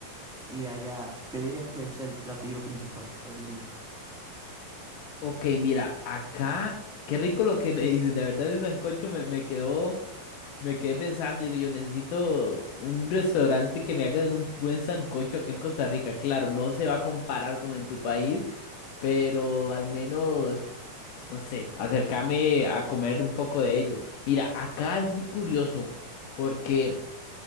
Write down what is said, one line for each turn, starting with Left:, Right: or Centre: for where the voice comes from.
Centre: Y allá, ¿qué dirías que es el platillo principal? ¿Cuál dirías?
Left: Ok, mira, acá, qué rico lo que me <laughs> dices, de verdad ese sancocho me, me quedó, me quedé pensando, digo, yo necesito un restaurante que me haga un buen sancocho acá en Costa Rica. Claro, no se va a comparar como en tu país, pero al menos, no sé, acercame a comer un poco de ello. Mira, acá es muy curioso porque...